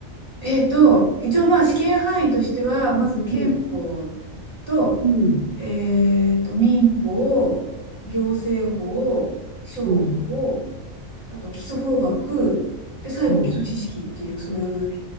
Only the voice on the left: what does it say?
えっと、一応まあ試験範囲としては、まず憲法
と、
えっと、民法、行政法、商法、
あと基礎法学、で、最後基礎知識っていう、
そういう